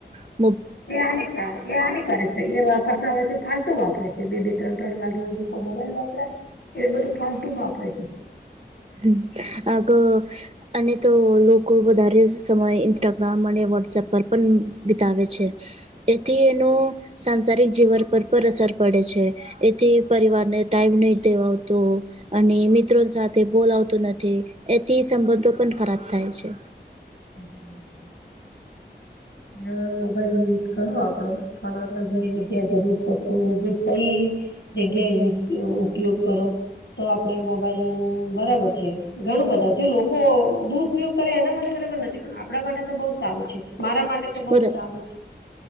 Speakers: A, on the right; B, on the left.
A: હ
B: એ અ અનેક સારી એ આની કરે છે એ વાપરતા હોય તો ફાલતું વાપરે છે, બે બે ત્રણ્ર વાગ્યા સુધી કોઈ મોબાઈલ વાપરાય એને બધું ફાલતુ વાપરે છે.
A: હ આગ અને તો લોકો વધારે સમય ઇન્સ્ટાગ્રામ અને વોટ્સએપ પર પણ વિતાવે છે. એથી એનો સાંસારિક જીવન પર પણ અસર પડે છે. એથી પરિવારને ટાઈમ નહી દેવાવતો અને મિત્રો સાથે તે બોલાવતું નથી એથી સંબંધો પણ ખરાબ થાય છે.
B: અચ્છાચ્છા હ મોબાઈલ યુઝ કરો આપડે પણ આપ જે જગ્યા જરૂર તો સઈ જગ્યા ઉપયોગ કરો. તો આપડે મોબાઈલ બરાબર છે, ઘણું બધા જો લોકો દુરપયોગ કરે એના માટે બરાબર નથી પણ આપણા માટે તો બહ સારુ છે, મારા માટે તો બહુ
A: બર
B: જ સારું છે